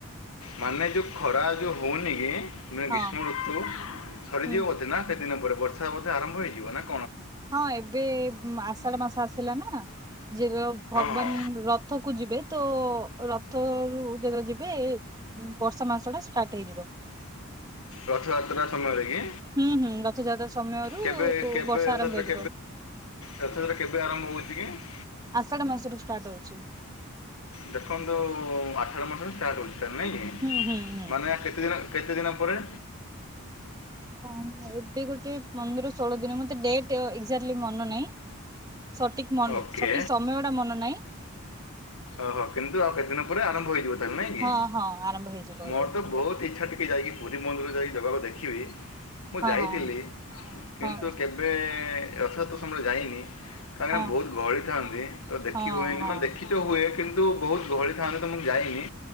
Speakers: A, on the left (about 75°); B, on the right (about 15°).
A: ମାନେ ଯୋଉ ଖରା ଯୋଉ ହଉନି କି ନେ
B: ହଁ
A: ଗ୍ରୀଷ୍ମ ଋତୁ ସରିଯିବ
B: ହୁଁ
A: ବଧେ ନା ସେ ଦିନ ପରେ ବର୍ଷା ମଧ୍ୟ ଆରମ୍ଭ ହେଇଯିବ ନା।
B: ହଁ ଏବେ ଆଷାଢ ମାସ ଆସିଲା ନା। ଯେ ଭଗବାନ
A: ହଁ
B: ରଥ କୁ ଯିବେ ତ ରଥ ରୁ ଯେତେବେଳେ ଯିବେ ବର୍ଷା ମାସ ଟା ଷ୍ଟାର୍ଟ ହେଇଯିବ।
A: ରଥଯାତ୍ରା ସମୟରେ କି?
B: ହୁଁ ହୁଁ ରଥଯାତ୍ରା ସମୟରୁ
A: କେବେ କେବେ
B: ବର୍ଷା ଆରମ୍ଭ
A: ରଥ
B: ହେଇଯିବ
A: ଯାତ୍ରା କେବେ ଆରମ୍ଭ ହଉଛି? <inaudible>
B: ଆଷାଢ ମାସରୁୁ ଷ୍ଟାର୍ଟ ହଉଛି।
A: ଦେଖନ୍ତୁ ଆଷାଢ ମାସରେ ଷ୍ଟାର୍ଟ ହେଉଛି ତ ନାଇଁ କି
B: ହୁଁ ହୁଁ ହୁଁ।
A: ମାନେ କେତେ ଦିନ? କେତେ ଦିନ ପରେ?
B: ହଁ ଏବେ ଗୋଟେ ପନ୍ଦର ଷୋହଳ ଦିନ ମତେ ଡେଟ ଏଜାଟଲି ମନ ନାହିଁ। ସଠିକ୍ ମନ
A: ଓକେ
B: ସଠିକ୍ ସମୟ ଟା ମନେ ନାହିଁ
A: ଓହୋ କିନ୍ତୁ ଆଉ କେତେ ଦିନ ପରେ ଆରମ୍ଭ ହେଇଯିବ। ତା ନାଇଁ କି
B: ହଁ ହଁ ଆରମ୍ଭ ହେଇଯିବ
A: ମୋର
B: ଏବେ
A: ତ ବହୁତ ଇଚ୍ଛା ଟିକେ ଯାଇକି ପୁରୀ ମନ୍ଦିରକୁ ଯାଇକି ଜଗା କୁ ଦେଖିବି। ମୁଁ
B: ହଁ
A: ଯାଇଥିଲି
B: ହଁ।
A: କିନ୍ତୁ
B: ହଁ
A: କେବେ ରଥଯାତ୍ରା ସମୟରେ ଯାଇନି କାହିଁକିନା
B: ହଁ
A: ବହୁତ ଗଳି ଥାନ୍ତି ତ ଦେଖି
B: ହଁ
A: ହୁଏନି
B: ହଁ।
A: ମାନେ ଦେଖି ତ ହୁଏ କିନ୍ତୁ ବହୁତ ଗହଳି ଥାଆନ୍ତି ତ ମୁଁ ଯାଇନି